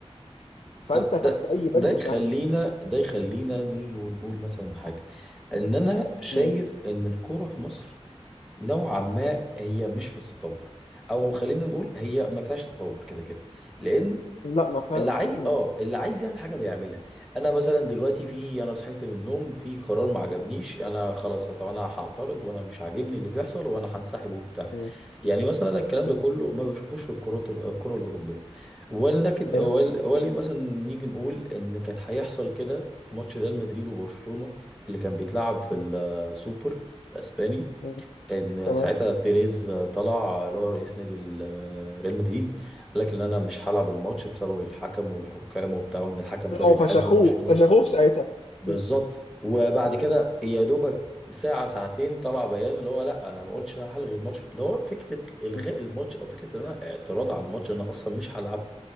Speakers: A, on the left (about 65°); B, in the centre.
A: فانت
B: ده ده
A: تحت اي بند
B: ده يخلينا
A: وتحت
B: ده يخلينا نيجي ونقول مثلا حاجة ان انا شايف
A: مم.
B: ان الكورة في مصر نوعا ما هي مش في تطور او خلينا نقول هي ما فيهاش تطور كده كده لان
A: لا ما فيهاش
B: اللي عايز
A: مم.
B: اه اللي عايز يعمل حاجه بيعملها انا مثلا دلوقتي في انا صحيت من النوم في قرار ما عجبنيش انا خلاص طب انا هعترض وانا مش عاجبني اللي بيحصل وانا هنسحب وبتاع
A: مم.
B: يعني مثلا انا الكلام
A: مم.
B: ده كله ما بشوفوش في الكرات ال- الكره الاوروبيه ولكن
A: ايوه
B: ول- ولكن مثلا نيجي نقول ان كان هيحصل كده في ماتش ريال مدريد وبرشلونه اللي كان بيتلعب في
A: مم.
B: السوبر الاسباني
A: مم.
B: ان
A: تمام
B: ساعتها بيريز طلع اللي هو رئيس نادي ال- آه، ريال مدريد قال لك ان انا مش هلعب الماتش بسبب الحكم والحكام وبتاع وان الحكم
A: طلعوا
B: ده بينحاز
A: فشخوه
B: لبرشلونة
A: فشخوه في ساعتها
B: بالظبط
A: م-
B: وبعد كده
A: م-
B: يا دوبك ساعة ساعتين طلع بيان اللي هو لا انا ما قلتش ان انا هلغي الماتش اللي هو فكرة الغاء
A: م-
B: الماتش او فكرة ان انا اعتراض على الماتش ان انا اصلا مش هلعب